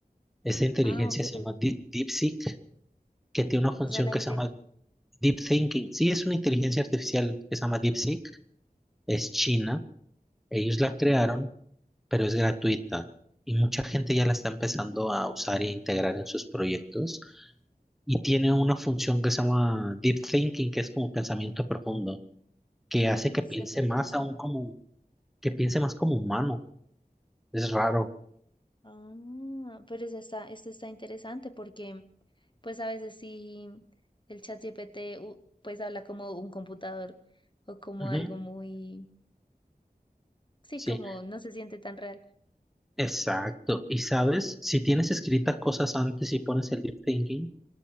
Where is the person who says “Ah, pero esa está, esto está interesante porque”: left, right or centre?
Left